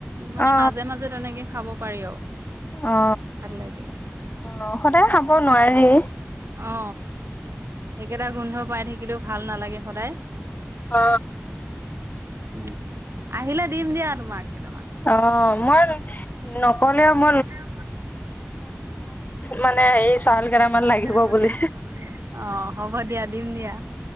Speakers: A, on the right (about 80°); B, on the left (about 40°).
A: মানে
B: অ
A: মাজে মাজে তেনেকে খাব পাৰি
B: অ
A: ভাল লাগে
B: অ সদায় খাব নোৱাৰি
A: অ একেটা গোন্ধ পাই থাকিলেও ভাল নালাগে সদায়
B: অ
A: উ আহিলে দিম দিয়া তোমাক কেইটামান
B: অ মই নক ম
A: মানে
B: মানে হেৰি চাউল কেইটামান
A: চাউল কেটামান
B: বুলি
A: লাগিব বুলি অ হ'ব দিয়া দিম দিয়া